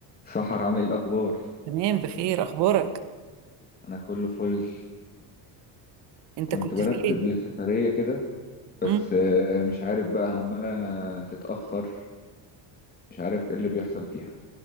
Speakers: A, on the left (about 20°); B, on the right (about 70°).
A: سحر عاملة ايه الأخبار؟
B: تمام بخير اخبارك
A: أنا كله فل
B: انت
A: كنت
B: كنت
A: برتب
B: فين
A: لسفرية كده بس
B: امم
A: آه، مش عارف بقى عمالة تتأخر مش عارف ايه اللي بيحصل فيها